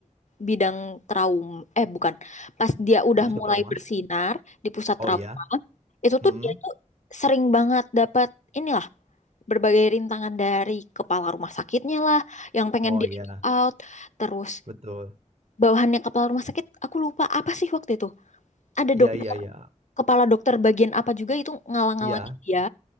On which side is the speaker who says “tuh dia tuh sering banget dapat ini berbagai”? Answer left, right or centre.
Left